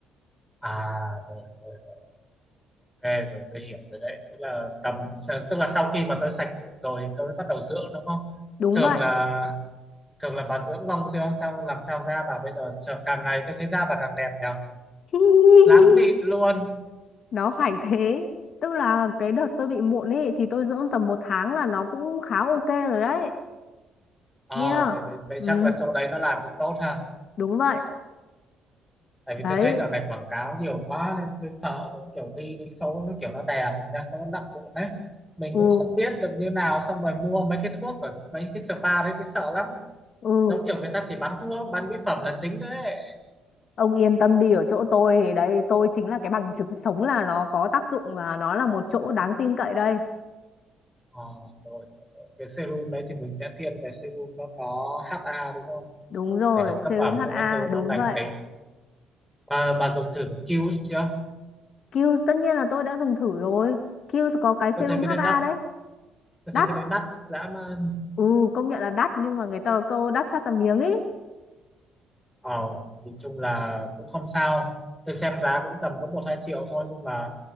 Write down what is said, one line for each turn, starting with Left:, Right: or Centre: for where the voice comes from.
Centre: À, rồi rồi ok rồi tôi hiểu rồi đấy. Tức là tầm tức là sau khi mà tôi sạch mụn rồi thì tôi bắt đầu dưỡng đúng không?
Left: đúng
Centre: Thường
Left: vậy
Centre: là thường là bà dưỡng lông chưa sao làm sao da bà bây giờ trở- càng ngày tôi thấy da bà càng đẹp nhở
Left: <laughs>
Centre: lắm mịn luôn
Left: nó phải thế tức là cái đợt tôi bị mụn ấy thì tôi dưỡng tầm một tháng là nó cũng khá ok rồi đấy
Centre: ờ
Left: yeah
Centre: vậy, vậy vậy
Left: ừ
Centre: chắc là chỗ đấy nó làm cũng tốt ha
Left: đúng vậy
Centre: tại
Left: đấy
Centre: vì tôi thấy giờ này quảng cáo nhiều quá nên tôi sợ giống kiểu đi đến chỗ nó kiểu nó đè mình ra xong nó nặng bụng đấy mình
Left: ừ
Centre: cũng không biết được như nào xong rồi mua mấy cái thuốc ở mấy cái spa đấy tôi sợ lắm
Left: ừ
Centre: giống kiểu người ta chỉ bán thuốc bán mỹ phẩm là chính đấy
Left: ông yên tâm đi ở chỗ tôi thì đấy tôi chính là cái bằng chứng sống là nó có tác dụng và nó là một chỗ đáng tin cậy đây
Centre: ờ rồi, rồi, rồi. cái serum đấy thì mình sẽ thiên về serum nó có HA đúng không
Left: đúng rồi
Centre: để nó
Left: serum
Centre: cấp ẩm
Left: HA
Centre: rồi các thứ
Left: đúng
Centre: nó lành
Left: vậy
Centre: tính bà bà dùng thử của Qs chưa
Left: Kiehl's tất nhiên là tôi đã dùng thử rồi Kiehl's có cái
Centre: tôi
Left: serum
Centre: thấy cái
Left: HA
Centre: đấy đắt
Left: đấy
Centre: tôi
Left: đắt
Centre: thấy cái đấy đắt dã man
Left: ừ công nhận là đắt nhưng mà người ta có câu đắt sát ra miếng ý
Centre: ờ nhìn chung là cũng không sao tôi xem giá cũng tầm có một hai triệu thôi nhưng mà